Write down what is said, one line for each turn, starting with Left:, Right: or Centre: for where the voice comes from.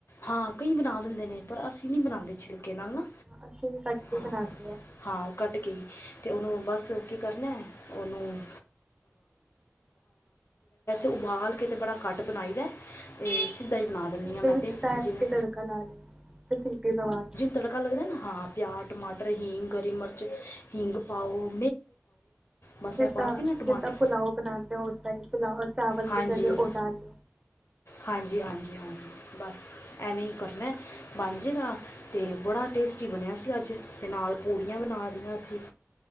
Left: ਹਾਂ ਕਈ ਬਨਾ ਦਿੰਦੇ ਨੇ ਪਰ ਅਸੀਂ ਨਹੀਂ ਬਣਾਉਂਦੇ ਛਿਲਕੇ ਨਾਲ ਨਾ
Right: ਅਸਿਵੀ ਕਟ ਕੇ
Left: ਹਾਂ
Right: ਬਨਾ ਨੇ ਆ
Left: ਹਾਂ ਕੱਟ ਕੇ ਤੇ ਉਹਨੂੰ ਬਸ ਕੀ ਕਰਨਾ ਉਹਨੂੰ ਉਬਾਲ ਕੇ ਬੜਾ ਘੱਟ ਬਣਾਈਦਾ ਸਿਧਾ ਹੀ ਬਣਾ ਦਿੰਦੀ
Right: ਉਹਦੇ
Left: ਆ ਮੈਂ
Right: ਵਿੱਚ
Left: ਤੇ
Right: ਡਾਇਰੈਕਟ
Left: ਜਿਵੇ-
Right: ਹੀ ਤੜਕਾ ਲਾ ਲਿਆ ਤੇ ਸੀਟੀ ਦਵਾ ਲਈ।
Left: ਤੜਕਾ ਲੱਗਦਾ ਹਾਂ ਪਿਆਜ, ਟਮਾਟਰ ਹਿੰਗ, ਹਰੀ ਮਿਰਚ ਹਿੰਗ ਪਾਓ ਬਸ
Right: ਜਿਦਾ-ਜਿਦਾ
Left: ਇਹ ਪਾ ਕੇ ਨਾ ਟਮਾਟਰ
Right: ਪੁਲਾਅ ਬਣਾਉਦੇ ੳਦਾ ਹੀ ਚਾਵਲ
Left: ਹਾਂਜੀ
Right: ਦੀ ਜਗਾ ਉਹ ਦਾਲ
Left: ਹਾਂਜੀ -ਹਾਂਜੀ ਬਸ ਐਵੇਂ ਹੀ ਕਰਨਾ ਬਣ ਜਾਏਗਾ ਤੇ ਬੜਾ ਟੇਸਟੀ ਬਣਿਆ ਸੀ ਅੱਜ ਤੇ ਨਾਲ ਪੂੜੀਆਂ ਬਣਾ ਰਹੀਆਂ ਸੀ